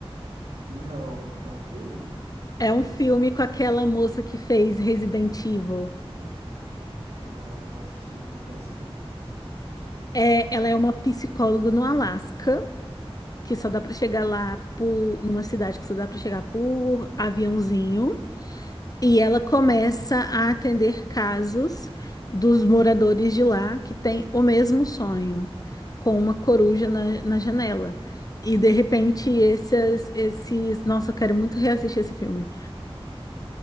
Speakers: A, on the right; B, on the left.
A: Não, é um filme?
B: É um filme com aquela moça que fez Resident Evil.
A: Não, não assisti. Como é que é esse filme?
B: É, ela é uma psicóloga no Alasca, que só dá pra chegar lá por, numa cidade que só dá pra chegar por aviãozinho. E ela começa a atender casos dos moradores de lá que têm o mesmo sonho, com uma coruja na, na janela. E de repente, esses, esses. Nossa, eu quero muito reassistir esse filme.